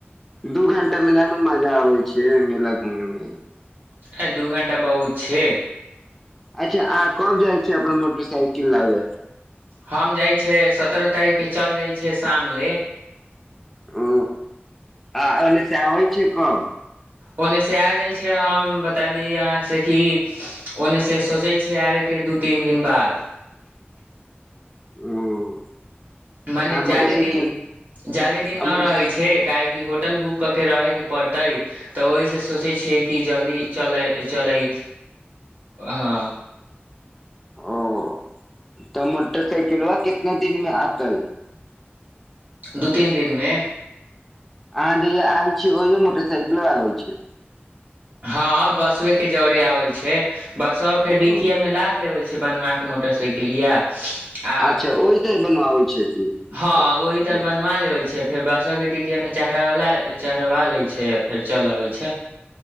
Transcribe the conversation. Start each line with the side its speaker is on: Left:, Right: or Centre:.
Centre: दू घंटामे नानू मजा आबै छैइ मेला घुमेमे
Right: अय दू घण्टा बहुत छे
Centre: अच्छा आहां कब जाइ छै अपन मोटरसइकिल लाबे
Right: हम जाइ छै सतरह तारीख के चल जाइ छै शाम ले
Centre: ओ आ ओने से आबैइश छियइ कब
Right: ओन्ने से आ जाइ छै हम बता दी आहाँ से कि ओने से सोचै छै आबे के दू तीन दिन बाद
Centre: ओ
Right: माने
Centre: आ
Right: जादे
Centre: मोटरसाइकिल
Right: दिन जादे दिन
Centre: आ
Right: न
Centre: मोटर
Right: रहैइ छै एकाएक कि होटल बुक कऽ के रहे के पड़तै तऽ ओहिसँ सोचैय छियै कि जल्दी चलै चलै हाँ
Centre: ओहो तऽ मोटर सइकिलवा कितना दिनमे आतै
Right: दू तीन दिन मे
Centre: अहाँ जहिया आय छी ओहियो मोटर साइकिलो आबै छै
Right: हाँ बसवे के जौड़े आबैइ छै बसवा के डिकिया
Centre: ओ
Right: मे लाद लेवै छै बनवा के मोटरसाइकिलया आ
Centre: अच्छा ओहि तर बनवाबै छै कि
Right: हँ
Centre: ब-
Right: ओहि तर
Centre: ब-
Right: बनवा लेबै छै फेर बासवा के डिक्कीआ मे चढ़ चढ़बा ले छै आ फेर चल आबै छै